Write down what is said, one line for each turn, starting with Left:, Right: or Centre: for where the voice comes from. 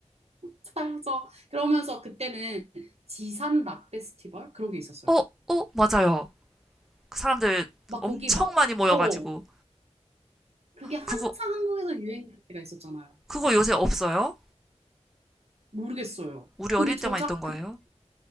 Right: 차이죠 그러면서 그때는 지산 락 페스티벌 그런 게 있었어요.
Centre: 어, 어, 맞아요. 그 사람들
Right: 막
Centre: 엄청
Right: 거기 막
Centre: 많이 모여가지고
Right: 어, 그게 한창
Centre: 그거
Right: 한국에서 유행할 때가 있었잖아요.
Centre: 그거 요새 없어요?
Right: 모르겠어요.
Centre: 우리
Right: 근데
Centre: 어릴 때만
Right: 저작
Centre: 있던 거예요?